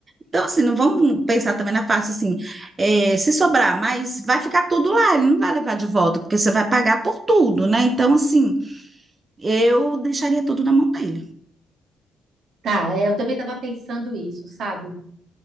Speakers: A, on the right; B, on the right.
A: Então, assim, não vamos pensar também na parte assim, é, se sobrar, mas vai ficar tudo lá, ele não vai levar de volta, porque você vai pagar por tudo, né? Então, assim, eu deixaria tudo na mão dele.
B: Tá, é, eu também estava pensando isso, sabe?